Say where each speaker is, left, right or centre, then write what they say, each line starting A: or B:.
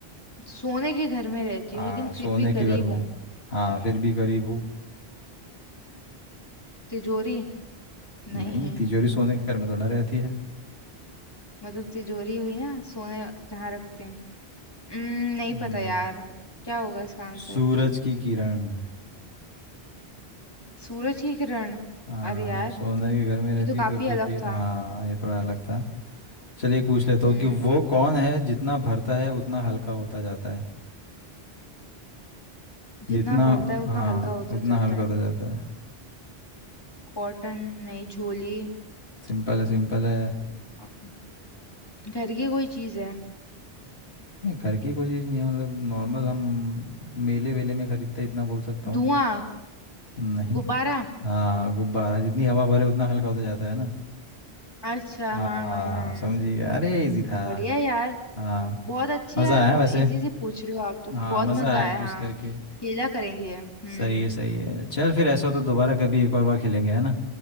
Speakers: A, on the left; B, on the left.
A: सोने के घर में रहती
B: हाँ
A: हूँ लेकिन
B: सोने
A: फिर भी
B: के
A: गरीब
B: घर में
A: हूँ
B: हाँ फिर भी गरीब हूँ
A: तिजोरी
B: नहीं
A: नहीं
B: तिजोरी सोने के घर में तो ना रहती है
A: मतलब तिजोरी हुई ना सोने जहाँ रखते हैं हम्म नहीं
B: हम्म,
A: पता यार क्या होगा इसका आंसर
B: सूरज की किरण
A: सूरज की किरण
B: हाँ
A: अरे यार
B: सोने के घर में रहती
A: ये तो
B: हूँ
A: काफी
B: पर फिर
A: अलग
B: भी हाँ
A: था
B: ये थोड़ा अलग था चलिए एक पूछ लेता
A: हम्म
B: हूँ कि वो कौन है जितना भरता है उतना हल्का होता जाता है जितना
A: जितना बढ़ता है उतना
B: हाँ
A: हल्का होता
B: उतना
A: जाता
B: हल्का
A: है
B: होता जाता है
A: कॉटन नहीं झोली
B: सिंपल है सिंपल है
A: अम, घर की कोई चीज है
B: नहीं घर की कोई चीज़ नहीं है मतलब नॉर्मल हम मेले वेले में खरीदते हैं, इतना बोल सकता हूँ
A: धुआं
B: नहीं
A: गुब्बारा
B: हाँ गुब्बारा जितनी हवा भरे उतना हल्का होता जाता है ना
A: अच्छा
B: हाँ
A: हाँ हाँ हाँ
B: समझिए अरे इजी था
A: बढ़िया यार
B: हाँ
A: बहुत अच्छे
B: मज़ा
A: यार
B: आया
A: बहुत
B: वैसे
A: इजी से पूछ रहे हो आप तो
B: हाँ
A: बहुत
B: मज़ा
A: मजा
B: आया
A: आया
B: क्विज
A: हाँ
B: करके
A: खेला करेंगे हम्म हम्म
B: सही है सही है चल फिर ऐसा हो तो दोबारा कभी एक और बार खेलेंगे है ना